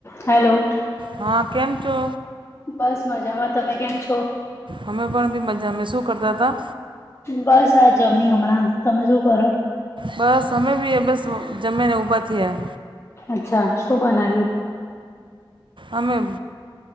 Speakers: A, on the left; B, on the right.
A: હેલો.
B: હા કેમ છો?
A: બસ મજામાં, તમે કેમ છો?
B: અમે પણ બી મજામાં તમે શું કરતા તા?
A: બસ આ જમી હમણાં. તમે શું કરો?
B: બસ અમે બી એ બસ જમી ને ઉભા થ્યા.
A: અચ્છા, શું બનાવ્યું?
B: અમેબ?